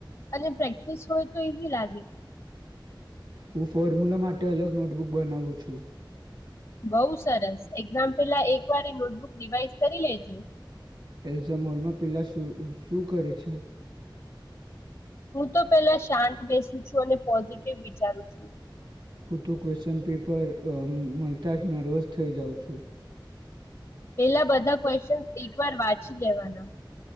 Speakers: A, on the left (about 50°); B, on the right (about 65°).
A: અને પ્રેક્ટિસ હોય તો ઈઝી લાગે.
B: હું ફોર્મ્યુલા માટે અલગ નોટબુક બનાવું છું.
A: બઉુ સરસ એક્ઝામ પેલા એક વાર નોટબુક રિવાઈઝ કરી લેજો.
B: એલ્ઝમ હોલમાં પેલા શું કરે છે?
A: હું તો પહેલા શાંત બેસું છું અને પોઝિટિવ વિચારું છું.
B: હું તો ક્વેશ્ચન પેપર મળતા જ નર્વસ થઈ જાઉં છું.
A: પેલા બધા ક્વેશ્ચન એક વાર વાંચી લેવાના.